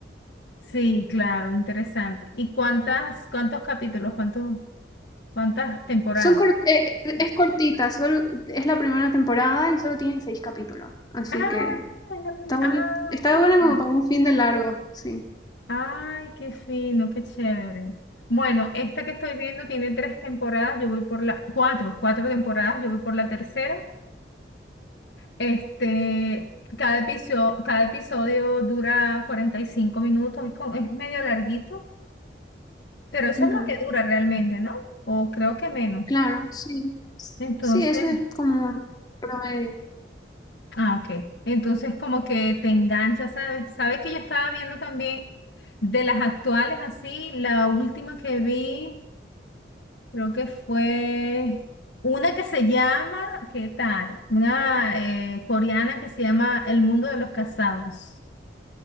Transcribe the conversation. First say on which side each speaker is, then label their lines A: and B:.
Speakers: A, on the left; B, on the left.
A: Sí, claro, interesante. ¿Y cuántas, cuántos capítulos, cuántos? ¿Cuántas temporadas?
B: Son cort- eh, eh, es cortita, solo, es la primera temporada y solo tienen seis capítulos. Así
A: Ah,
B: que
A: es la primera.
B: está buena,
A: Ah,
B: está
A: ok.
B: buena como para un fin de largo, sí.
A: Ay, qué fino, qué chévere. Bueno, esta que estoy viendo tiene tres temporadas, yo voy por la, cuatro, cuatro temporadas, yo voy por la tercera. Este, cada episodio, cada episodio dura 45 minutos, es, como- es medio larguito, pero eso
B: Ujú.
A: es lo que dura realmente, ¿no? O creo que menos.
B: Claro, sí.
A: Entonces,
B: Sí, eso es como promedio.
A: Ah, ok. Entonces como que te engancha, ¿sabes? Sabes que yo estaba viendo también de las actuales así, la última que vi, creo que fue una que se llama, ¿qué tal? Una eh, coreana que se llama El Mundo de los Casados.